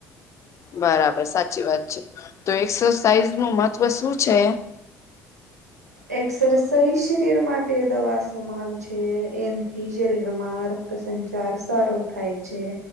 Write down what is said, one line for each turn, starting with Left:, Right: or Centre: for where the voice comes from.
Left: બરાબર સાચી વાત છે તો એક્સરસાઇઝ નું મહત્વ શું છે?
Right: એક્સરસાઇઝ શરીર માટે દવા સમાન છે એમથી શરીરમાં સંચાર સારો થાય છે